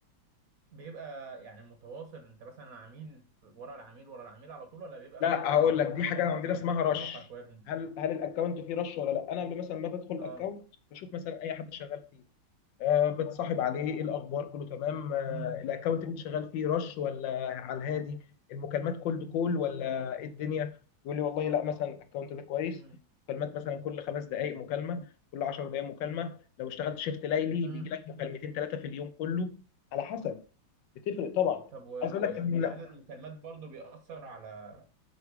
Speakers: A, on the right; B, on the left.
A: بيبقى يعني متواصل انت مثلا عميل ورا العميل ورا العميل على طول ولا بيبقى
B: لا
A: مثلا
B: هقول لك دي
A: عندك
B: حاجه عندنا
A: مثلا
B: اسمها
A: فترة
B: رش
A: راحة شوية من...
B: هل هل الاكونت فيه رش ولا لا انا قبل مثلا ما بدخل الاكونت
A: اه
B: بشوف مثلا اي حد شغال فيه آه، بتصاحب عليه ايه الاخبار كله تمام آه،
A: امم
B: الاكونت اللي انت شغال فيه رش ولا على الهادي المكالمات كولد كول ولا ايه الدنيا يقول لي والله لا مثلا الاكونت ده كويس
A: امم
B: مكالمات مثلا كل خمس دقائق مكالمه كل 10 دقائق مكالمه لو اشتغلت شيفت ليلي
A: امم
B: بيجي لك مكالمتين ثلاثه في اليوم كله على حسب بتفرق طبعا
A: طب ومش
B: عايز اقول لك ان
A: مش
B: لا
A: عدد المكالمات برضو بيأثر على